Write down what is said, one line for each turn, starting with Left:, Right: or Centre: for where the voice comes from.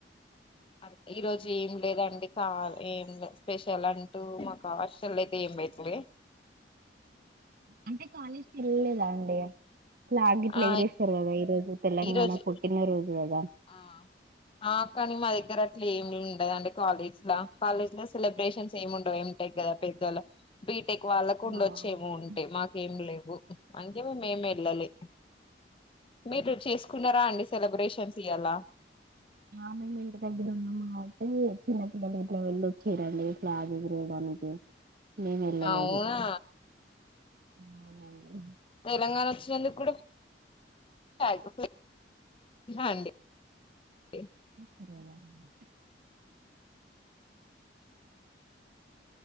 Left: అ ఈ రోజు ఏం లేదండి కాల్ ఏం లే స్పెషల్ అంటూ మాకు హాస్టల్ ఐతే ఏం బెట్లే
Right: అంటే కాలేజ్కిలలేదా అండి ఫ్లాగ్ గిట్లా
Left: ఆ
Right: ఎయిరేస్తారు కదా. రోజు తెలంగాణ
Left: ఈరోజు
Right: పుట్టిన రోజు కదా.
Left: ఆ ఆ కానీ మా దగ్గర అట్లా ఏమి ఉండదు అండి కాలేజ్ ల కాలేజ్ ల సెలబ్రేషన్స్ ఏమి ఉండవు ఏ ఏ గల పెద్దల బీటెక్ వాళ్ళకు ఉండొచ్చేమో
Right: ఆ అవును.
Left: ఉంటాయి మాకేం లేవు. ఉ అందుకే మేము ఏం వెళ్ళలే మీరు చేసుకున్నారా అండి సెలబ్రేషన్స్ తియాలా
Right: ఆ మేం ఇంటి దగ్గర వున్నం ఆగు ఇది చిన్నపిల్లలు ఇట్ల వెళ్ళొచ్చారండి ఇలా ఫ్లాగ్ ఎగిరయడానికి. నేను వెళ్ళలేదు
Left: అవునా
Right: అవునండి.
Left: తెలంగాణ వచ్చినందుకు కూడా <unintelligible> అండి ఎ
Right: మీరేవరండీ